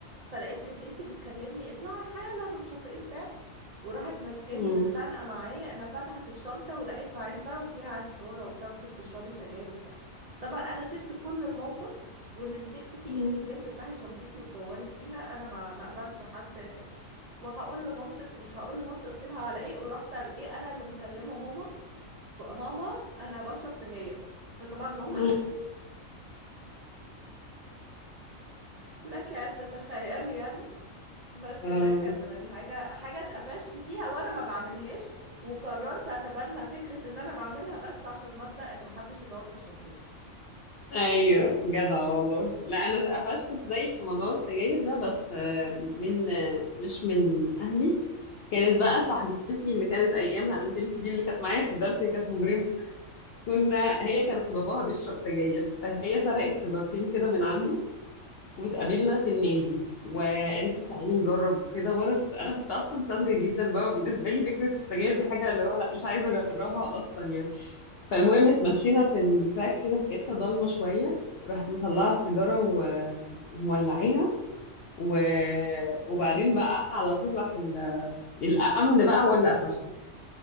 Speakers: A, on the right; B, on the left.
A: فلقيت جدتي بتكلمني اطلعي حالا ومش عارفه ايه بتاع وراحت ماسكاني
B: مم.
A: متخانقه معايا انا فتحت الشنطه ولقيت علبه وفيها سجاره وبتاع وانتي بتشربي سجاير وبتاع طبعا انا سبت كل الموقف واللي مسكت فيه
B: مم.
A: انتي ازاي بتفتحي شنطتي وتدوري فيها انا ما ما اقبلش حد ك- وهقول لمامتك ومش هقول لمامتك قلت لها على ايه ورحت على ايه انا اللي مكلمه ماما بقى ماما انا بشرب سجاير فطبعا ماما
B: <laughs>
A: <laughs> لك ان تتخيلي يعني بس
B: اه
A: ده كان من الحاجة حاجة اتقفشت فيها وانا ما بعملهاش وقررت اتبنى فكرة ان انا بعملها بس عشان مبدأ ان محدش يدور في شنطتي
B: ايوه جدع والله لا انا قفشت زيك في موضوع السجاير ده بس آه، من آه، مش من اهلي كانت بقى صاحبتي اللي كانت ايامها انت انت دي اللي كانت معايا في الدرس هي كانت مجرمه كنا هي كان باباها بيشرب سجاير فهي سرقت سيجارتين كده من عنده واتقابلنا في النادي وقالت لي تعالي نجرب وكده وانا كنت انا كنت اصلا ساذجه جدا بقى وبالنسبه لي فكره السجاير دي حاجه اللي هو لا مش عايزه اجربها اصلا يعني فالمهم اتمشينا في التراك كده في حته ضلمه شويه راحت مطلعه السيجاره و- ومولعيها و... وبعدين بقى على طول راح ال... الامن بقى هو اللي قفشنا